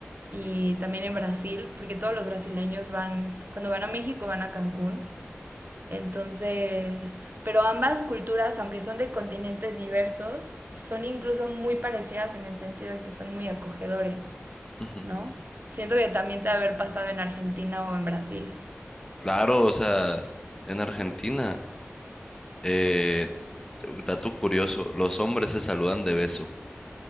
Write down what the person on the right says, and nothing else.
y también en Brasil, porque todos los brasileños van, cuando van a México van a Cancún. Entonces, pero ambas culturas, aunque son de continentes diversos, son incluso muy parecidas en el sentido de que son muy acogedores.
¿no? Siento que también te ha de haber pasado en Argentina o en Brasil.